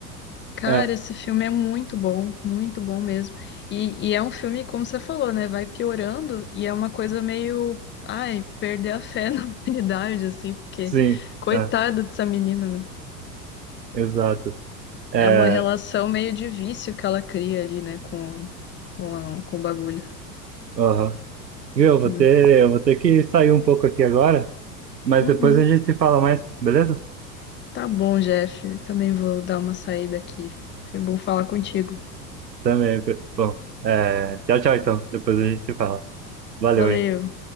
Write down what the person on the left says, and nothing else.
Cara,
esse filme é muito bom, muito bom mesmo. E, e é um filme, como você falou, né? Vai piorando e é uma coisa meio, ai, perder a fé <laughs> na humanidade, assim, porque
coitada
dessa menina, né?
É uma relação meio de vício que ela cria ali, né, com, com, a- com o bagulho,
né?
Uhum.
Tá bom, Jeff. Também vou dar uma saída aqui. Foi bom falar contigo.
Valeu.